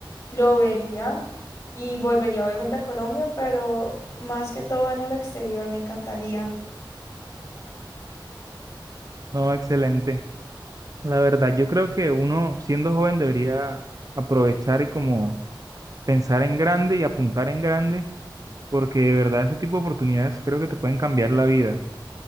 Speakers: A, on the left; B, on the right.
A: lo vería y volvería obviamente a Colombia, pero más que todo en el exterior me encantaría.
B: No, excelente. La verdad, yo creo que uno siendo joven debería aprovechar y como pensar en grande y apuntar en grande, porque de verdad este tipo de oportunidades creo que te pueden cambiar la vida.